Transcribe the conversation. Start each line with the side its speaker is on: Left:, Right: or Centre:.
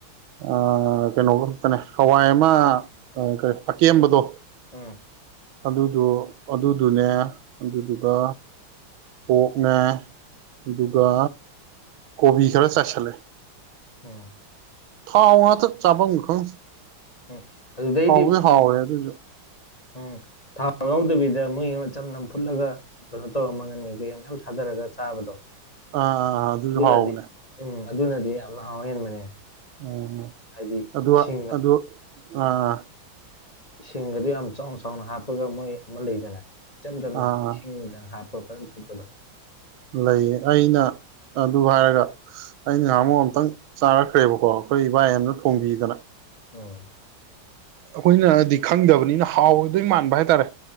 Right: ꯑꯥ ꯀꯩꯅꯣ ꯈꯛꯇꯅꯦ ꯍꯋꯥꯏ ꯑꯃ ꯑ ꯀꯔꯤ ꯑꯀꯦꯝꯕꯗꯣ
Left: ꯎꯝ
Right: ꯑꯗꯨꯗꯣ ꯑꯗꯨꯗꯨꯅꯦ ꯑꯗꯨꯗꯨꯒ ꯄꯣꯛꯅꯦ ꯑꯗꯨꯒ ꯀꯣꯕꯤ ꯈꯔ ꯆꯥꯏꯁꯤꯜꯂꯦ
Left: ꯑꯣ
Right: ꯊꯥꯎꯉꯥꯛꯇ ꯆꯥꯕꯝꯒ ꯈꯪꯗꯦ
Left: ꯎꯝ ꯑꯗꯨ ꯗꯩꯗꯤ
Right: ꯍꯥꯎꯕꯨꯗꯤ
Left: <unintelligible>
Right: ꯍꯥꯎꯋꯦ ꯑꯗꯨꯁꯨ
Left: <inaudible> ꯎꯝ ꯊꯥ ꯌꯥꯎꯗꯕꯤꯗ ꯃꯣꯏꯒꯤ ꯑꯃ ꯆꯝꯅ ꯐꯨꯠꯂꯒ ꯀꯩꯅꯣ ꯇꯧꯔꯒ ꯃꯪꯒꯟ ꯀꯩꯀꯩ ꯌꯥꯝ ꯃꯌꯥꯝ ꯊꯥꯗꯔꯒ ꯆꯥꯕꯗꯣ
Right: ꯑꯥ ꯑꯥ ꯑꯥ ꯑꯗꯨꯖꯨ
Left: ꯑꯗꯨꯅꯗꯤ
Right: ꯍꯥꯎꯕꯅꯦ
Left: ꯎꯝ ꯑꯗꯨꯅꯗꯤ ꯌꯥꯝꯅ ꯍꯥꯎ ꯍꯦꯟꯕꯅꯦ
Right: ꯎꯝ ꯎꯝ
Left: ꯍꯥꯏꯗꯤ
Right: ꯑꯗꯨ
Left: ꯁꯤꯡ
Right: ꯑꯗꯨ ꯑꯥ ꯑꯥ
Left: ꯁꯤꯡꯒꯗꯨ ꯌꯥꯝ ꯆꯥꯎꯅ ꯆꯥꯎꯅ ꯍꯥꯞꯄꯒ ꯃꯣꯏ ꯑꯃ ꯂꯩꯗꯥꯏꯅꯦ ꯏꯆꯝ ꯆꯝꯅ
Right: ꯑꯥ
Left: ꯏꯁꯤꯡꯗ ꯍꯥꯞꯄꯒ ꯐꯖꯟ ꯐꯨꯠꯄꯗꯣ
Right: ꯂꯩꯌꯦ ꯑꯩꯅ ꯑꯗꯨ ꯍꯥꯏꯔꯒ ꯑꯩ ꯉꯍꯥꯃꯨꯛ ꯑꯝꯇꯪ ꯆꯥꯔꯛꯈ꯭ꯔꯦꯕꯀꯣ ꯑꯩꯈꯣꯏ ꯏꯕꯥꯏ ꯑꯃꯅ ꯊꯣꯡꯕꯤꯗꯅ
Left: ꯎꯝ
Right: ꯑꯈꯣꯏꯅꯗꯤ ꯈꯪꯗꯕꯅꯤꯅ ꯍꯥꯎꯗꯣꯏ ꯃꯥꯟꯕ ꯍꯥꯏꯇꯥꯔꯦ